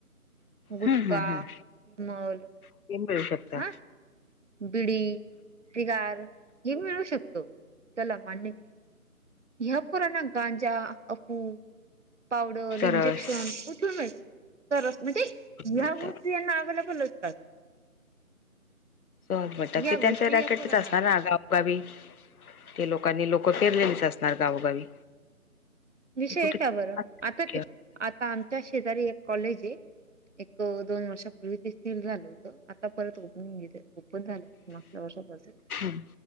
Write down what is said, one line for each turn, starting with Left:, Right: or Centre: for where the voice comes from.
Right: गुटखा,
Left: हम्म हम्म हम्म
Right: <unintelligible>
Left: <unintelligible> मिळू शकता.
Right: हा बिडी सिगार हे मिळू शकतो. चला मान्य ह्या पोरांना, गांजा, अफू पावडर,
Left: चरस
Right: इंजेक्शन कुठून तरच म्हणजे
Left: मिळतं.
Right: ह्या गोष्टी यांना अव्हेलेबल असतात.
Left: म्हणून म्हणतात.
Right: या
Left: ते
Right: गोष्टी
Left: त्यांच्या रॅकेटच
Right: या पोरांना
Left: असणार ना आगाऊ गावी, ते लोकांनी लोकं पेरलेलीच असणार गावोगावी.
Right: विषय
Left: कुठे
Right: हे का बरं?
Left: हम्म
Right: आता ते आता आमच्या शेजारी एक कॉलेज हे एक-दोन वर्षापूर्वी ते सील झालं होतं. आता परत ओपन हुन गेल, ओपन झालं मागच्या वर्षापासून.
Left: हम्म